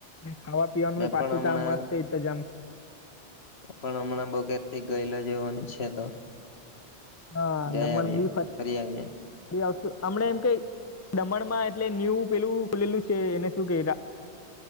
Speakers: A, on the left; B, on the left.
A: ખાવા પીવાનું
B: મેં
A: પાછું
B: પણ હમણાં
A: ત્યા આ મસ્ત ઈત જામ
B: પણ હમણાં બગેર થી ગયેલો જેવા છે તો
A: હા
B: જઈ
A: દમણ
B: આવીએે
A: બી
B: ફરી આવીએ.
A: ફરી આવશ હમને એમ કઈ દમણ માં એટલે ન્યુ પેલું ખુલેલું છે એને શું કેતા